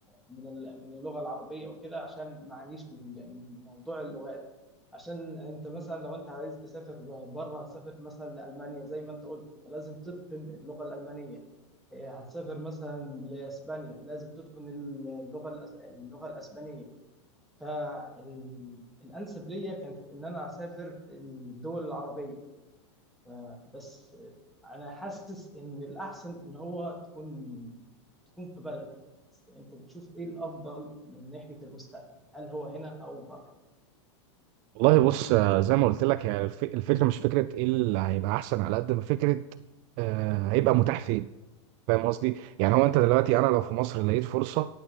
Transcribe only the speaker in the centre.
من ال... من اللغه العربيه وكده عشان ما اعانيش من من موضوع اللغات عشان انت مثلا لو انت عايز تسافر بره تسافر مثلا لالمانيا زي ما انت قلت لازم تتقن اللغه الالمانيه آه، هتسافر مثلا لاسبانيا لازم تتقن اللغه الأس- اللغه الاسبانيه فالانسب ليا كانت ان انا اسافر الدول العربيه ف- بس انا حاسس ان الاحسن ان هو تكون تكون في بلدك بس انت بتشوف ايه الافضل من ناحيه المستقبل هل هو هنا او بره